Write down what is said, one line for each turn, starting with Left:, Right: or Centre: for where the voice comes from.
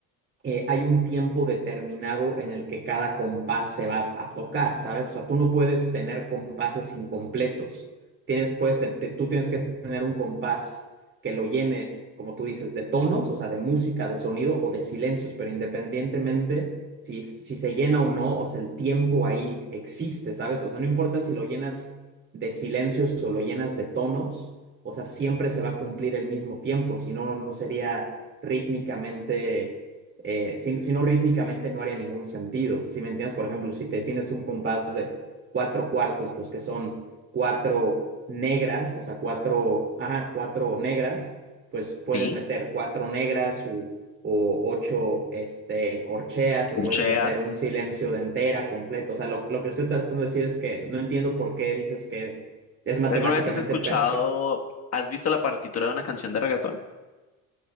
Right: eh, hay un tiempo determinado en el que cada compás se va a tocar, ¿sabes? O sea, tú no puedes tener compases incompletos. Tienes, pues, te- te- tú tienes que tener un compás que lo llenes, como tú dices, de tonos, o sea, de música, de sonido o de silencios, pero independientemente si, si se llena o no, o sea, el tiempo ahí existe, ¿sabes? O sea, no importa si lo llenas de silencios o lo llenas de tonos, o sea, siempre se va a cumplir el mismo tiempo, si no, no sería rítmicamente eh, si, si no rítmicamente no haría ningún sentido. Si me entiendes, por ejemplo, si te defines un compás de cuatro cuartos, pues que son cuatro negras, o sea, cuatro, ajá, cuatro negras, pues puedes
Left: sí,
Right: meter cuatro negras u- o ocho este, corcheas
Left: corcheas.
Right: o puedes meter un silencio de entera completo. O sea, lo, lo que estoy tratando de decir es que no entiendo por qué dices que es matemáticamente
Left: ¿Alguna vez has escuchado,
Right: perfecto
Left: has visto la partitura de una canción de reggaetón?